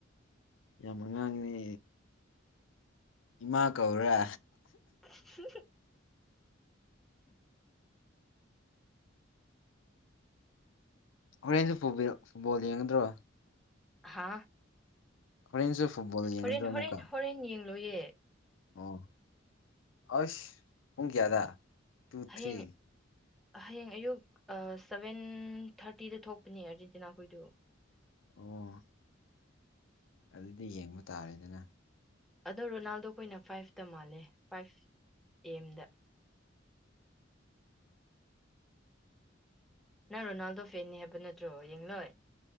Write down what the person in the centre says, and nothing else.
<unintelligible> ꯎꯝ
ꯍꯥ
ꯍꯣꯔꯦꯟ
ꯍꯣꯔꯦꯟ ꯍꯣꯔꯦꯟ ꯌꯦꯡꯂꯣꯌꯦ
ꯍꯌꯦꯡ
ꯍꯌꯦꯡ ꯑꯌꯨꯛ ꯁꯚꯦꯟ ꯊꯥꯔꯇꯤꯗ ꯊꯣꯛꯄꯅꯦ ꯑꯥꯔꯖꯦꯟꯇꯤꯅꯥ ꯈꯣꯏꯗꯨ
ꯑꯗꯣ ꯔꯣꯅꯥꯜꯗꯣ ꯑꯩꯈꯣꯏꯅ ꯐꯥꯏꯚꯇ ꯃꯥꯜꯂꯦ ꯐꯥꯏꯚ ꯑ ꯑꯦꯝꯗ ꯅꯪ ꯔꯣꯅꯥꯜꯗꯣ ꯐꯦꯅꯤ ꯍꯥꯏꯕ ꯅꯠꯇ꯭ꯔꯣ ꯌꯦꯡꯂꯣꯏ